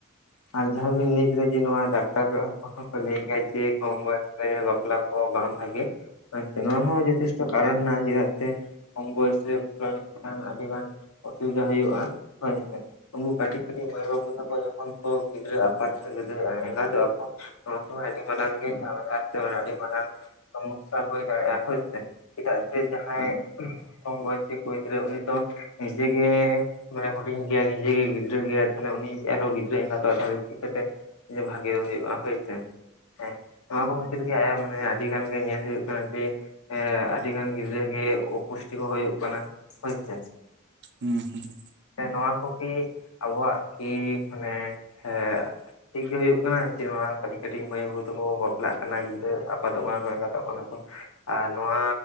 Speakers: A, on the left; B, on the right.
A: ᱟᱨ ᱡᱟᱦᱟᱸ ᱵᱤᱱ ᱞᱟᱹᱭ ᱠᱮᱫᱟ ᱡᱮ, ᱱᱚᱣᱟ ᱰᱟᱠᱛᱟᱨ ᱠᱚᱦᱚᱸ ᱠᱚ ᱞᱟᱹᱭ ᱠᱮᱭᱟ ᱡᱮ ᱠᱚᱢ ᱵᱚᱭᱮᱥ ᱨᱮ ᱵᱟᱯᱞᱟ ᱠᱚ ᱵᱟᱝ ᱵᱷᱟᱜᱮ᱾ ᱦᱳᱭ ᱥᱮ ᱱᱚᱣᱟ ᱦᱚᱸ ᱡᱚᱛᱷᱮᱥᱴ ᱠᱟᱨᱚᱱ ᱦᱮᱱᱟᱜᱼᱟ, ᱪᱮᱫᱟᱜ ᱥᱮ ᱠᱚᱢ ᱵᱚᱭᱚᱥ ᱨᱮ ᱠᱷᱟᱱ ᱟᱹᱰᱤ ᱜᱟᱱ ᱚᱥᱩᱵᱤᱫᱟ ᱦᱩᱭᱩᱜᱼᱟ᱾ ᱦᱳᱭᱥᱮ ᱩᱝᱠᱩ ᱠᱟᱹᱴᱤᱜ ᱠᱟᱹᱴᱤᱜ ᱢᱟᱹᱭ ᱵᱟᱹᱵᱩ ᱛᱟᱠᱚ ᱡᱚ ᱠᱚ ᱜᱤᱫᱽᱨᱟᱹ ᱟᱯᱟᱛ ᱥᱮ ᱜᱤᱫᱽᱨᱟᱹ ᱮᱸᱜᱟᱛᱚᱜᱼᱟ ᱠᱚ, ᱱᱚᱣᱟ ᱥᱚᱝᱜᱮ ᱥᱚᱝᱜᱮ ᱟᱹᱰᱤ ᱢᱟᱨᱟᱝ ᱡᱷᱟᱢᱮᱞᱟ ᱥᱮ ᱟᱹᱰᱤ ᱢᱟᱨᱟᱝ ᱥᱚᱢᱚᱥᱥᱟ ᱦᱩᱭ ᱫᱟᱲᱮᱜᱼᱟ᱾ ᱦᱳᱭ ᱥᱮ ᱪᱤᱫᱟᱜ ᱥᱮ ᱡᱟᱦᱟᱸᱭ ᱠᱚᱢ ᱵᱚᱭᱮᱥᱤ ᱠᱩᱲᱤᱫᱽᱨᱟᱹ ᱩᱱᱤ ᱫᱚ ᱱᱤᱡᱮᱜ ᱜᱮ ᱩᱱᱟᱹᱜ ᱮ ᱦᱩᱰᱤᱧ ᱜᱮᱭᱟᱭ ᱱᱤᱡᱮ ᱜᱮ ᱜᱤᱫᱽᱨᱟᱹ ᱜᱮᱭᱟ ᱛᱟᱦᱚᱞᱮ ᱩᱱᱤ ᱟᱨᱚ ᱜᱤ ᱜᱤᱫᱽᱨᱟᱹ ᱮᱸᱜᱟᱛᱚᱜᱼᱟᱭ ᱛᱟᱦᱚᱞᱮ ᱪᱤᱠᱟᱹᱛᱮ ᱵᱷᱟᱹᱜᱮ ᱫᱚ ᱦᱩᱭᱩᱜᱼᱟ, ᱦᱳᱭᱥᱮ ᱦᱮᱸ ᱱᱚᱣᱟ ᱠᱚ ᱠᱷᱟᱹᱛᱤᱨ ᱜᱮ ᱟᱭᱚ ᱢᱟᱱᱮ ᱟᱹᱰᱤ ᱜᱟᱱ ᱜᱮ ᱧᱮᱞ ᱦᱩᱭᱩᱜ ᱠᱟᱱᱟ ᱡᱮ ᱮ ᱟᱹᱰᱤᱜᱟᱱ ᱜᱤᱫᱽᱨᱟᱹ ᱜᱮ ᱚᱯᱩᱥᱴᱤ ᱠᱚ ᱦᱩᱭᱩᱜ ᱠᱟᱱᱟ ᱦᱳᱭᱥᱮ᱾
B: ᱦᱩᱸ ᱦᱩᱸ ᱦᱩᱸ
A: ᱱᱚᱣᱟ ᱠᱚ ᱠᱤ ᱟᱵᱚᱣᱟᱜ ᱠᱤ ᱢᱟᱱᱮ ᱦᱮ ᱴᱷᱤᱠ ᱜᱮ ᱦᱩᱭᱩᱜ ᱠᱟᱱᱟ ᱡᱮ, ᱱᱚᱣᱟ ᱠᱟᱹᱴᱤᱡ ᱠᱟᱹᱴᱤᱡ ᱢᱟᱹᱭ, ᱵᱟᱹᱵᱩ ᱛᱟᱠᱚ ᱠᱚ ᱵᱟᱯᱞᱟᱜ ᱠᱟᱱᱟ ᱜᱤᱫᱽᱨᱟᱹ ᱟᱯᱟᱛᱚᱜ ᱠᱟᱱᱟ ᱠᱚ ᱮᱸᱜᱟᱛᱚᱜ ᱠᱟᱱᱟ ᱠᱚ? ᱟᱨ ᱱᱚᱣᱟ